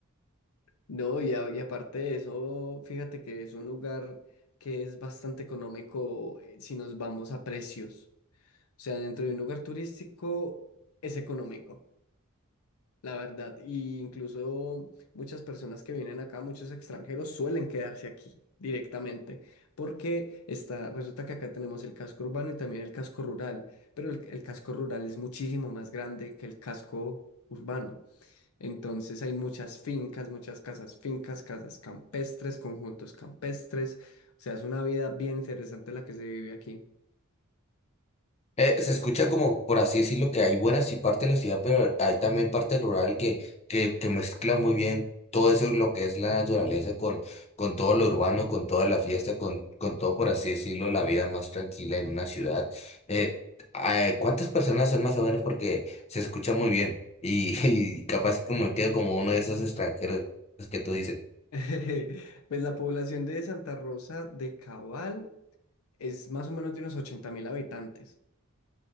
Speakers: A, on the left; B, on the left.
A: No, y, a- y aparte de eso, fíjate que es un lugar que es bastante económico eh, si nos vamos a precios. O sea, dentro de un lugar turístico es económico, la verdad. Y incluso muchas personas que vienen acá, muchos extranjeros, suelen quedarse aquí directamente, porque está, resulta que acá tenemos el casco urbano y también el casco rural, pero el el casco rural es muchísimo más grande que el casco urbano. Entonces hay muchas fincas, muchas casas fincas, casas campestres, conjuntos campestres. O sea, es una vida bien interesante la que se vive aquí.
B: Eh, se escucha como, por así decirlo, que hay buenas y parte de la ciudad, pero hay también parte rural que, que, que mezcla muy bien todo eso, lo que es la naturaleza, con, con todo lo urbano, con toda la fiesta, con, con todo, por así decirlo, la vida más tranquila en una ciudad. Eh, eh, ¿cuántas personas son más o menos? Porque se escucha muy bien y, <laughs> y capaz como quedo como uno de esos extranjeros que tú dices.
A: <laughs> Pues la población de Santa Rosa de Cabal es más o menos de unos ochenta mil habitantes,